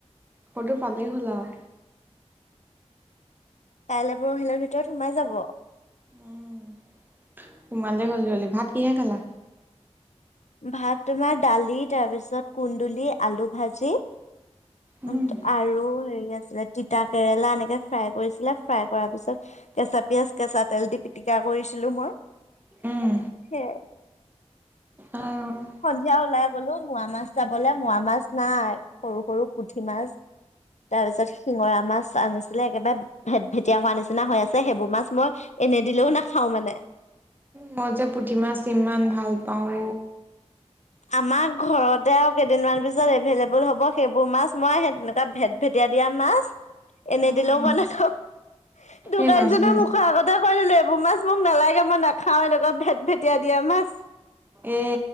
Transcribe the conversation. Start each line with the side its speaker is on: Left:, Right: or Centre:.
Right: সটো পালেই হ'ল আও।
Left: কাইলৈ পৰহিলাৰ ভিতৰত সোমাই যাব।
Right: উম। সোমালে হ'ললি ভাত কিহে খালা।
Left: ভাত তোমাৰ দালি তাৰপিছত কুন্দুলি আলু ভাজি। উ
Right: উম,
Left: আৰু হেৰি আছিলে। তিতা কেৰেলা এনেকে ফ্ৰাই কৰিছিলে ফ্ৰাই কৰাৰ পিছত কেঁচা পিয়াজ কেঁচা তেল দি। পিটিকা কৰিছিলো মই
Right: উম,
Left: সেয়া।
Right: অ',
Left: সন্ধিয়া ওলাই গলো মোৱা মাছ যাবলৈ মোৱা মাছ নাই সৰু সৰু পুঠি মাছ। তাৰপিছত শিঙৰা মাছ আনিছিলে একেবাই। ভেত ভেটিয়া হোৱা নিচিনা হৈ আছে সেইবোৰ মাছ মই এনে দিলেও নাখাও মানে।
Right: মই যে পুঠিমাছ। ভাল পাওঁ।
Left: আমাৰ ঘৰতে আৰু কেইদিনমান পিছত এভেইলেবোল হ'ব সেইবোৰ মাছ মই স তেনেকুৱা ভেত ভেটিয়া দিয়া মাছ। এনে
Right: উম,
Left: দিলেও মইনখাওঁ দোকানীজনে
Right: এই মাছ মাছ
Left: মখ আগতে কয় দিলো। কবু মাছ মোক নালাগে মই নাখাও এনেকুৱা ভেট ভেটিয়াই দিয়া মাছ।
Right: এ